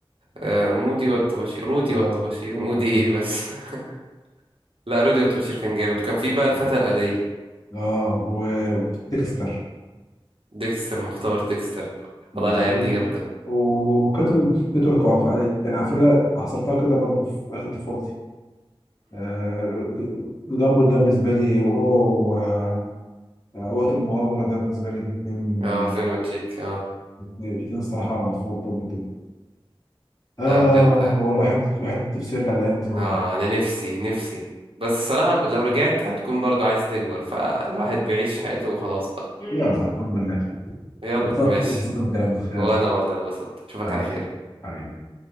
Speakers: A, on the right; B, on the left.
A: آه مودي والطباشير رودي
B: اه
A: والطباشير
B: رودي
A: مودي
B: وتوم
A: ايه بس <laughs> لا رودي والطباشير كان جامد وكان في بقى الفتى
B: <laughs>
A: الآلية
B: اه وديكستر
A: ديكستر مختبر ديكستر
B: و-
A: والله الأيام دي جامدة
B: وكابتن تركوا ف- يعني على فكره حصرتها كده برضو في اخر طفولتي آه، جامبل ده بالنسبه لي وهو و- آه، وقت المغامره ده بالنسبه لي الاثنين
A: اه فين وديك اه
B: الاثنين الصراحه فوق طب طب اه
A: لا بجد
B: هو الواحد الواحد نفسه يرجع الايام دي والله
A: اه انا نفسي نفسي بس الصراحة ب- لو رجعت هتكون برضو عايز تكبر فالواحد بيعيش حياته وخلاص بقى
B: يلا الحمد لله
A: يلا
B: انبسطت
A: ماشي
B: انبسطت من الكلام ده خير
A: وانا والله اتبسطت اشوفك
B: حبيبي
A: على خير
B: حبيبي